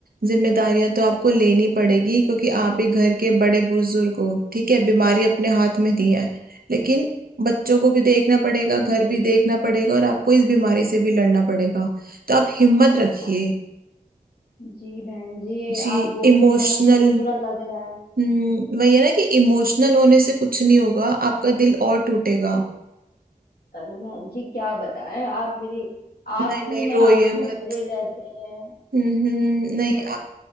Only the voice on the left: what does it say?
जी
जी
अ- जी बहन जी ये
आप बोल
रही है ना तो हमको थोड़ा लग रहा है
अरे बहन जी क्या बताएं आप मेरी आंखों
में
आंसू
भरे रहते हैं
कि बस